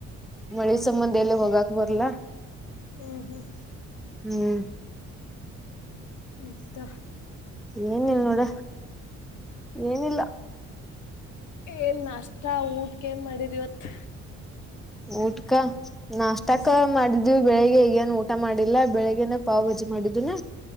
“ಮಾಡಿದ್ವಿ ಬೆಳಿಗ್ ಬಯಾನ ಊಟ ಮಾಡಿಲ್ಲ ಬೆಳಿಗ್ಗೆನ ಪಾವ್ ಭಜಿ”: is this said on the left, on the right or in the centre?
Centre